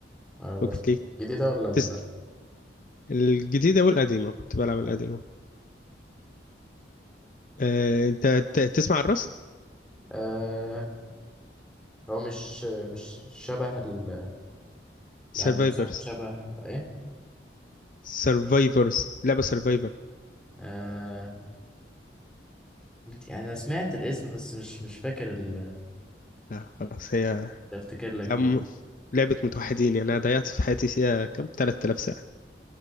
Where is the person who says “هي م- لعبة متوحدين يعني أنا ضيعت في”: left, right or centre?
Left